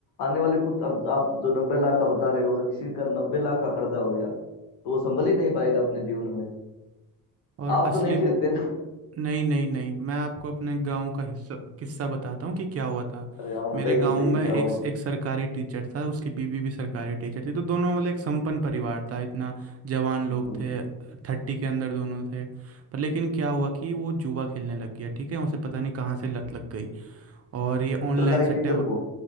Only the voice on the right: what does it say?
और
असली
नहीं नहीं नहीं मैं आपको अपने गांव का हिस्सा किस्सा बताता हूँ कि क्या हुआ था
मेरे गांव
में
एक
एक सरकारी टीचर था उसकी बीवी भी सरकारी टीचर थी तो दोनों मतलब एक संपन्न परिवार था इतना जवान
लोग थे थर्टी के अंदर दोनों थे पर लेकिन क्या हुआ कि वो जुआ खेलने लग गया ठीक है उसे पता नहीं कहाँ से लत लग गई और ये ऑनलाइन
सट्टे